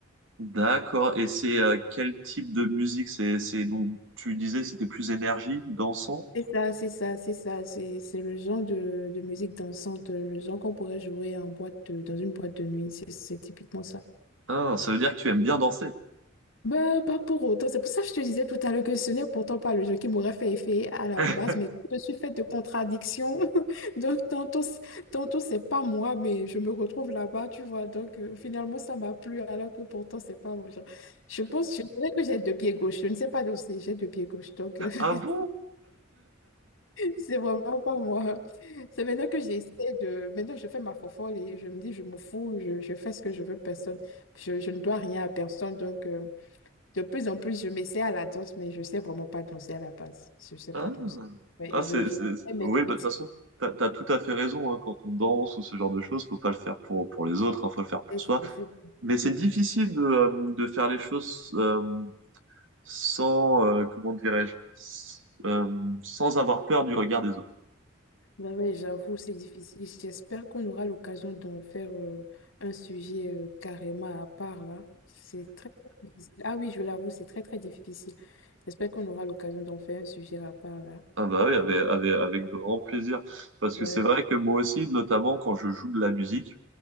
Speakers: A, on the right; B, on the left.
A: D'accord, et c'est euh, quel type de musique? C'est, c'est donc, tu disais que c'était plus énergie, dansant?
B: C'est ça, c'est ça, c'est ça. C'est, c'est le genre de, de musique dansante, euh, le genre qu'on pourrait jouer en boîte de- dans une boîte de nuit. C'est c'est typiquement ça.
A: Ah, ça veut dire que tu aimes bien danser.
B: Bah, pas pour autant. C'est pour ça que je te disais tout à l'heure que ce n'est pourtant pas le genre qui m'aurait fait effet à la
A: <laughs>
B: base. Mais comme je suis faite de contradictions, <laughs> donc tantôt, c- tantôt c'est pas moi, mais je me retrouve là-bas, tu vois. Donc euh, finalement, ça m'a plu, alors que pourtant, c'est pas mon genre. Je pense, je dirais que j'ai deux pieds gauche. Je ne sais pas danser, j'ai deux pieds gauche. Donc. euh,
A: Ah bon?
B: <laughs> C'est vraiment pas moi. C'est maintenant que j'essaie de... Maintenant, je fais ma fofolle et je me dis, je me fous, je, je fais ce que je veux, personne. Je, je ne dois rien à personne. Donc, euh, de plus en plus, je m'essaie à la danse, mais je sais vraiment pas danser à la base. Je sais
A: Ah,
B: pas danser. Ouais,
A: Ah,
B: je,
A: c'est,
B: je
A: c'est- c'est-
B: connais
A: Oui,
B: mes limites.
A: bah, de toute façon, t'as, t'as tout à fait raison, hein. Quand on danse ou ce genre de choses, faut pas le faire pour, pour les autres, hein, faut le faire pour
B: C'est-
A: soi.
B: c'est- c'est-
A: Mais c'est difficile de, euh, de faire les choses. euh, sans, euh, comment dirais-je, s- euh, sans avoir peur du regard des autres.
B: Ouais, ouais, j'avoue, c'est difficile. J'espère qu'on aura l'occasion d'en faire euh, un sujet euh, carrément à part, là. C'est très, très difficile. Ah oui, je l'avoue, c'est très, très difficile. J'espère qu'on aura l'occasion d'en faire un sujet à part, là.
A: Ah bah oui, avec, avec, avec grand plaisir. Parce que
B: euh,
A: c'est vrai que moi aussi, notamment quand je joue de la musique,